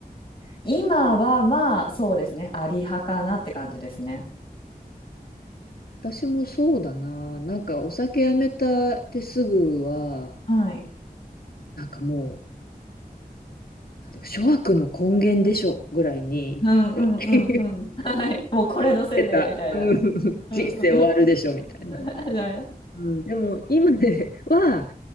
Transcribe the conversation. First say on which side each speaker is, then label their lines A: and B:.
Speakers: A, on the left; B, on the left.
A: 今はまあそうですねありはかなって感じですね。
B: 私もそうだな。なんかお酒やめたってすぐは、
A: はい
B: なんかもう、なんだろう諸悪の根源でしょぐらいに、
A: うんうんうんうん。
B: <laughs> 言っ
A: はい。もうこれのせいで、
B: てた。
A: みたいな。
B: うん、<laughs>
A: うんうんうん。
B: 人生終わるでしょみたいな。
A: <laughs> みたいな
B: うん、でも今では、